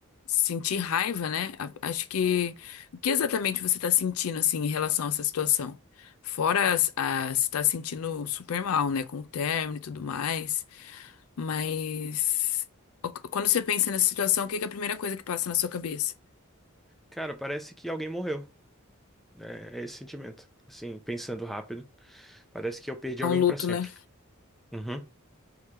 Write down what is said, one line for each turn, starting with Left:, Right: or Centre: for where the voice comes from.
Left: sentir raiva, né? A- Acho que o que exatamente você está sentindo assim em relação a essa situação? Fora as, as está sentindo super mal, né, com o término e tudo mais, mas o- quando você pensa nessa situação, o que que é a primeira coisa que passa na sua cabeça?
Centre: Cara, parece que alguém morreu, né? É esse sentimento, assim, pensando rápido, parece que eu perdi
Left: É
Centre: alguém
Left: um luto,
Centre: pra sempre.
Left: né?
Centre: Uhum.